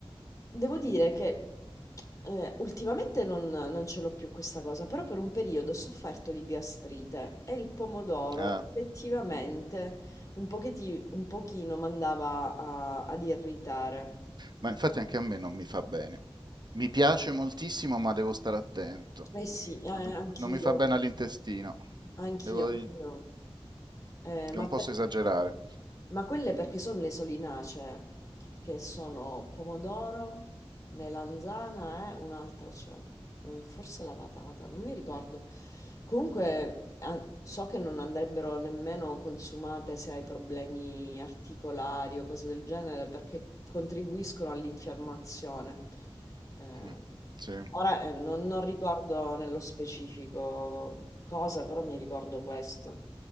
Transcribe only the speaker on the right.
Ah,
ma infatti anche a me non mi fa bene. Mi piace moltissimo, ma devo stare attento.
Non
mi, non mi fa bene all'intestino.
Devo,
non posso
esagerare.
Mm, sì,